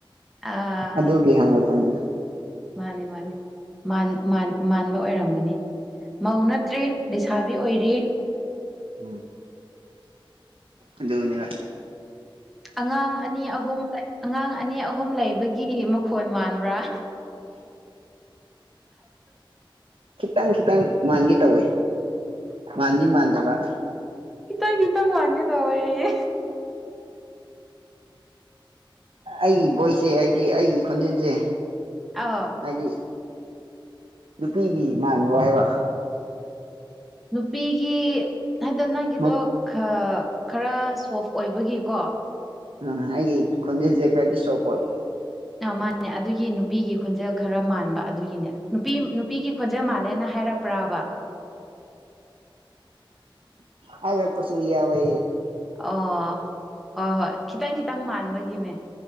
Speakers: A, in the centre; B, on the right.
A: ꯑꯥ꯫
B: ꯑꯗꯨꯒꯤ ꯍꯪꯉꯛꯄꯅꯤꯗ
A: ꯃꯥꯅꯦ ꯃꯥꯅꯦ ꯃꯥꯟꯕ ꯑꯣꯏꯔꯝꯒꯅꯤ ꯃꯧ ꯅꯠꯇ꯭ꯔꯤ ꯂꯩꯁꯥꯕꯤ ꯑꯣꯏꯔꯤ꯫
B: ꯎꯝ ꯑꯗꯨꯅꯦ ꯋꯥ
A: ꯑꯉꯥꯡ ꯑꯅꯤ ꯑꯍꯨꯝ ꯑꯉꯥꯡ ꯑꯅꯤ ꯑꯍꯨꯝ ꯂꯩꯕꯒꯤ ꯃꯈꯣꯟ ꯃꯥꯟꯕ꯭ꯔꯥ
B: ꯈꯤꯇꯪ ꯈꯤꯇꯪ ꯃꯥꯟꯒꯦ ꯇꯧꯋꯦ ꯃꯥꯟꯗꯤ ꯃꯥꯟꯗꯕ꯫
A: ꯈꯤꯇꯪ ꯈꯤꯇꯪ ꯃꯥꯟꯒꯦ ꯇꯧꯋꯦꯌꯦ꯫
B: ꯑꯩꯒꯤ ꯕꯣꯏꯁꯦ ꯍꯥꯏꯗꯤ ꯑꯩꯒꯤ ꯈꯣꯟꯖꯦꯜꯁꯦ
A: ꯑꯧ
B: ꯃꯥꯗꯤ ꯅꯨꯄꯤꯒꯤ ꯃꯥꯟꯕ ꯍꯥꯏꯕ
A: ꯅꯨꯄꯤꯒꯤ ꯍꯥꯏꯗꯣ ꯅꯪꯒꯤꯗꯣ
B: ꯃꯛ
A: ꯈ ꯈꯔ ꯁꯣꯐ ꯑꯣꯏꯕꯒꯤꯀꯣ꯫
B: ꯎꯝ ꯑꯩꯒꯤ ꯈꯨꯟꯖꯦꯟꯁꯦ ꯈꯔꯗꯤ ꯁꯣꯄ ꯑꯣꯌꯦ
A: ꯑ ꯃꯥꯅꯦ ꯑꯗꯨꯒꯤ ꯅꯨꯄꯤꯒꯤ ꯈꯣꯟꯖꯦꯜ ꯈꯔ ꯃꯥꯟꯕ ꯑꯗꯨꯒꯤꯅꯦ ꯅꯨꯄꯤ ꯅꯨꯄꯤꯒꯤ ꯈꯣꯟꯖꯦꯜ ꯃꯥꯜꯂꯦꯅ ꯍꯥꯏꯔꯛꯄ ꯄ꯭ꯔꯥꯕ
B: ꯍꯥꯏ ꯂꯥꯛ ꯄꯁꯨꯨ ꯌꯥꯎꯏ
A: ꯑꯣ ꯍꯣꯏ ꯍꯣꯏ ꯈꯤꯇꯪ ꯈꯤꯇꯪ ꯃꯥꯟꯕꯒꯤꯅꯦ